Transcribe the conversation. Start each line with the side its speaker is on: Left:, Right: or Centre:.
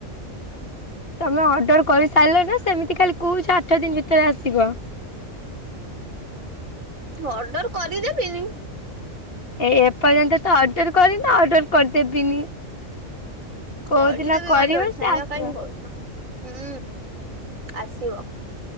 Left: ତମେ ଅର୍ଡର କରିସାଇଲଣି ନା ସେମିତି ଖାଲି କହୁଛ ଆଛ ଦିନ ଭିତରେ ଆସିବ।
Right: ଅର୍ଡର କରିଦେବିନି।
Left: ଏ ଏପର୍ଯ୍ୟନ୍ତ ତ ଅର୍ଡର କରିନ ଅର୍ଡର କରିଦେବିନି। କୋଉ
Right: କରିଦେବି
Left: ଦିନ କରିବ
Right: ଅର୍ଡର
Left: ସେ
Right: ଛାନିଆ
Left: ଆସିବ।
Right: କାଇଁ ହଉଛ ହୁଁ ଆସିବ।